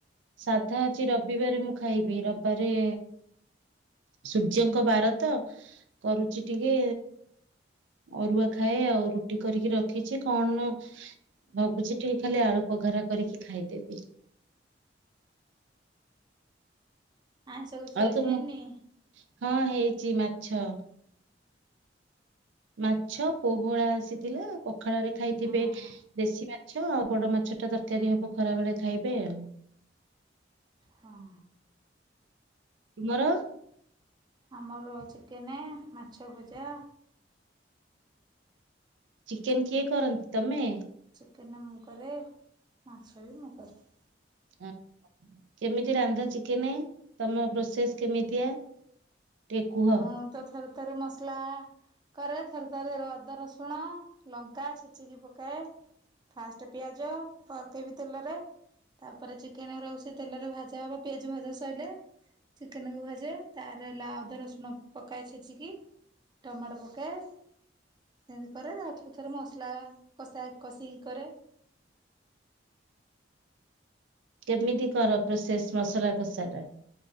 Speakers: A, on the right (about 85°); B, on the right (about 25°).
A: ସାଧା ଆଜି ରବିବାରେ ମୁଁ ଖାଇବି ରବିବାରେ ସୂର୍ଯ୍ୟଙ୍କ ବାର ତ କରୁଚି ଟିକେ ଅରୁଆ ଖାଏ ଆଉ ରୁଟି କରିକି ରଖିଛି କଣ ଭାବୁଛି ଟିକେ ଖାଲି ଆଳୁ ପଘରା କରିକି ଖାଇଦେବି
B: ଆଇଁଷ ଆଜି କିଛି
A: ଆଉ ତ ମୁଁ
B: ହେଇନି?
A: ହଁ ହେଇଛି ମାଛ ମାଛ ପୋହଳା ଆସିଥିଲା ପଖାଳ ରେ ଖାଇଥିବେ
B: ହଁ ହଁ
A: ଦେଶୀ ମାଛ ଆଉ ବଡ ମାଛ ଟା ତରକାରୀ ହବ ଖରାବେେଳେ ଖାଇବେ ଆଉ
B: ହଁ
A: ତମର
B: ଆମର ଚିକେନ ମାଛ ଭଜା
A: ଚିକେନ କିଏ କରନ୍ତି ତମେ
B: ଚିକେନ ମୁଁ କରେ ମାଛ ବି ମୁଁ କରେ।
A: ଆଁ କେମିତି ରାନ୍ଧ ଚିକେନ ତମ ପ୍ରୋସେସ କେମିତିଆ? ଟିକେ କୁହ?
B: ମୁଁ ତ ଥରେ ଥରେ ମସଲା କରେ ଥରେ ଥରେ ଅଦା ରସୁଣ ଲଙ୍କା ଛେଚିକି ପକାଏ। ଫାଷ୍ଟ ପିଆଜ ପକେଇବି ତେଲରେ ତାପରେ ଚିକେନ ଗୁରା ସେ ତେଲରେ ଭଜା ହବ ପିଆଜ ଭଜା ସଇଲେ ଚିକେନକୁୁ ଭାଜେ ତାପର ଅଦା ରସୁଣ ପକାଏ ଛେଚିକି ଟମାଟ ପକାଏ ସେମିତି କରେ ଆଉ ଥରେ ଥରେ ମସଲା କଷା କଷିକି କରେ।
A: କେମିତି କର ପ୍ରୋସେସ ମସଲା କଷା ଟା?